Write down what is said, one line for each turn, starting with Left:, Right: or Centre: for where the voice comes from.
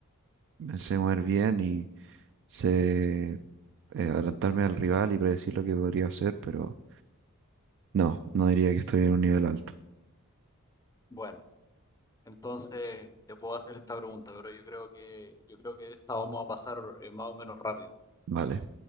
Right: me sé mover bien y sé eh, adelantarme al rival y predecir lo que podría hacer, pero no, no diría que estoy en un nivel alto.
Left: Bueno, entonces te puedo hacer esta pregunta, pero yo creo que yo creo que esta vamos a pasar eh, más o menos rápido.
Right: Vale,